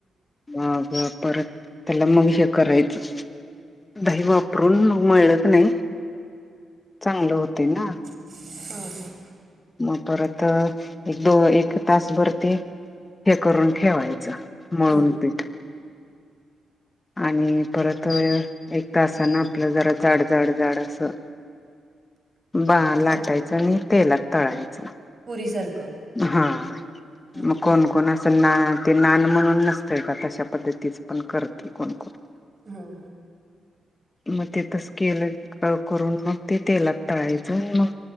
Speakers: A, on the left (about 25°); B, on the right (about 45°).
A: माग परत त्याला मग हे करायचं. दही वापरून मळत नाही चांगलं होते ना.
B: हो हो.
A: मग परत एक दो एक तासभर ते हे करून ठेवायचं. म्हणून
B: हां
A: ते. आणि परत एक तासना आपलं जरा जाड झाड झाड असं.
B: <unintelligible>
A: बा लाटायच
B: ला
A: आणि तेलात तळायचं.
B: पुरी सारखं.
A: हा
B: हां
A: मग कोण कोण. असं ना ते नान म्हणून नसतंय का तशा पद्धतीच पण करत क कोणकण.
B: हा हा.
A: मग ते तस केल करून मग ते तेलात तळायचं मग.